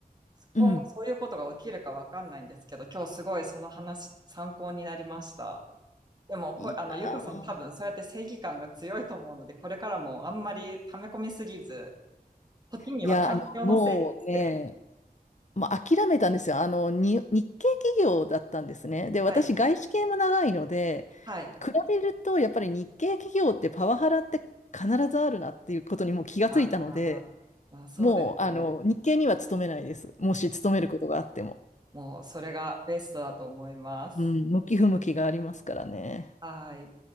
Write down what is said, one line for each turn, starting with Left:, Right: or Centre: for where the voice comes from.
Right: 今後そういうことが起きるかわかんないんですけど、
Left: うん。
Right: 今日すごいその話参考になりました。でもこ、
Left: いや
Right: あの、ゆかさん多分そうやって正義感が強いと思うので、
Left: ー、
Right: これからもあんまり溜め込みすぎず、時には環境のせいにして。
Left: いや、あの、もうね、まあ、諦めたんですよ。あの、に、日系企業だったんですね。で、私、
Right: はい。
Left: 外資系も長いので、
Right: はい。
Left: 比べると、やっぱり日系企業ってパワハラって必ずあるなっていうことにもう気がついたので、
Right: ああ、まあそうですね。
Left: もう、あの、日系には勤めないです。もし勤めることがあっても。
Right: もうそれがベストだと思います。
Left: うん、向き不向きがありますからね。
Right: はい。